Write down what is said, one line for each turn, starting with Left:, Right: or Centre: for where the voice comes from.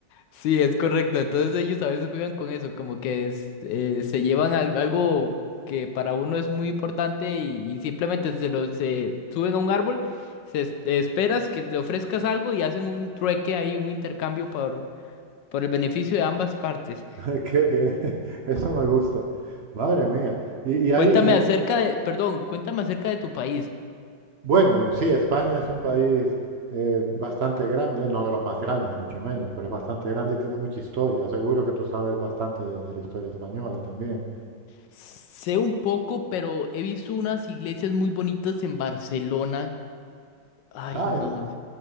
Left: Sí, es correcto. Entonces ellos a veces juegan con eso, como que es- eh, se llevan al- algo que para uno es muy importante y, y simplemente se lo se suben a un árbol, se es- esperas que te ofrezcas algo y hacen un trueque ahí, un intercambio por, por el beneficio de ambas partes.
Right: <laughs> Qué bien, <laughs> eso me gusta. Madre mía. Y, y
Left: Cuéntame
Right: hay,
Left: acerca de, perdón, cuéntame acerca de tu país.
Right: Bueno, sí, España es un país eh, bastante grande, no de los más grandes, ni mucho menos, pero es bastante grande y tiene mucha historia. Seguro que tú sabes bastante de, de la historia española también.
Left: Sé un poco, pero he visto unas iglesias muy bonitas en Barcelona. Ay,
Right: Ah,
Left: no,
Right: es-